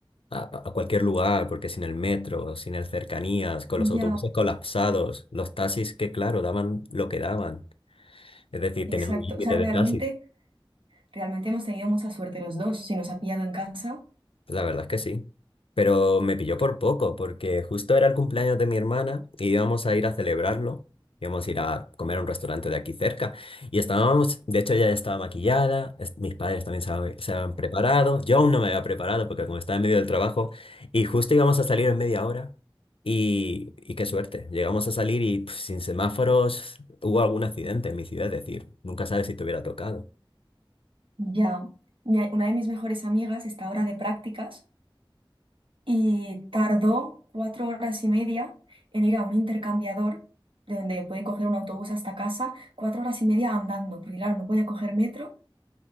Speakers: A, on the left; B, on the right.
A: a cualquier lugar, porque sin el metro, sin el cercanías, con los autobuses
B: Ya,
A: colapsados, los taxis que claro, daban lo que daban, es decir,
B: exacto.
A: tenían un límite
B: O sea, realmente,
A: de taxis.
B: realmente hemos tenido mucha suerte los dos. Si nos ha pillado en casa,
A: La verdad es que sí. Pero me pilló por poco, porque justo era el cumpleaños de mi hermana y íbamos a ir a celebrarlo. Íbamos a ir a comer a un restaurante de aquí cerca. Y estábamos, de hecho, ella ya estaba maquillada, es- mis padres también se, hab- se habían preparado. Yo aún no me había preparado porque como estaba en medio del trabajo, y justo íbamos a salir en media hora. Y, y qué suerte, llegamos a salir y pf, sin semáforos hubo algún accidente en mi ciudad, es decir, nunca sabes si te hubiera tocado.
B: ya. Mi- Una de mis mejores amigas está ahora de prácticas y tardó cuatro horas y media en ir a un intercambiador, de donde puede coger un autobús hasta casa, cuatro horas y media andando, porque claro, no podía coger metro,